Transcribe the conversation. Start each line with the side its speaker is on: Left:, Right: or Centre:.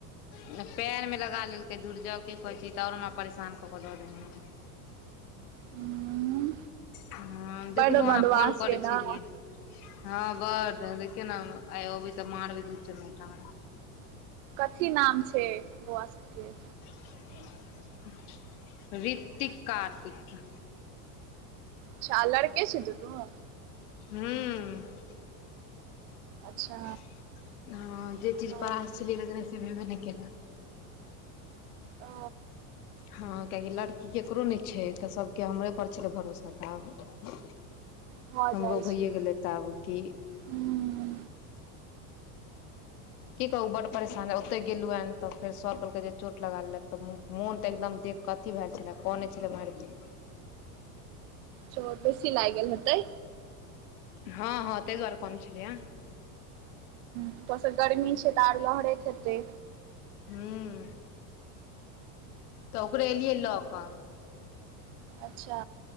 Left: ओ पैरमे लगा लेलकै। दुर जाउ की कहै छी ई त और हमरा परेशान क क ध देने य।
Right: उम्म,
Left: हं
Right: बड्ड
Left: देखलौं
Right: बदमाश
Left: अहाँ फोन करै
Right: यै
Left: छलियैया।
Right: ने
Left: हं बड देखियौ न हम आइ आबै त मारबै दू चमेटा।
Right: कथी नाम छै, बौआ सबके।
Left: <unintelligible> ऋतिक-कार्तिक।
Right: अच्छा लड़के छै दुनू?
Left: हूं
Right: अच्छा
Left: <inaudible> हं जे चीज
Right: ओ
Left: पास छलै <unintelligible> से भेबे नै केलै।
Right: ओ।
Left: हँ कियाकि लड़की केकरो नहि छै तऽ सभके हमरे पर छलै भरोसा तऽ आब
Right: भऽ
Left: हमरो
Right: जाइ छै
Left: भैए गेलै तऽ आब की
Right: हूँ
Left: की कहूॅं बड्ड परेशान ह ओतय गेलुहन तऽ फेर सब कहलकै जे चोट लगा लेलक तऽ मोन तऽ एकदम देख कथी भेजैछलेए कनै छलै मारिते।
Right: चोट बेसी लाइगेल हेतै।
Left: हँ हँ तै दुआरे कनै छलैय।
Right: ऊपर सँ गर्मी छै तऽ आर लहरैत हेतै।
Left: हूॅं। तऽ ओकरे एलियै लऽक।
Right: अच्छा।